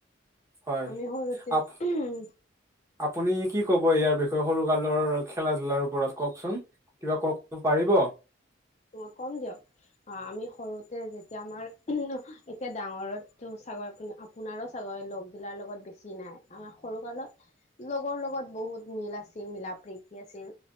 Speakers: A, on the right; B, on the left.
A: হয়
B: আমি সৰুতে উ
A: আপুনি কি কব ইয়াৰ বিষয়ে সৰু কালৰ খেলা ধূলাৰ ওপৰত কওকচোন। কিবা ক পাৰিব।
B: অ', কম দিয়ক অ', আমি সৰুতে যে এতিয়া আমাৰ এতিয়া ডাঙৰতো ছাগৈ আপ আপোনাৰো ছাগৈ লগগিলাৰ লগত বেছি নাই আমাৰ সৰু কালত লগৰ লগত বহুত মিল আছিল মিলা প্ৰিতি আছিল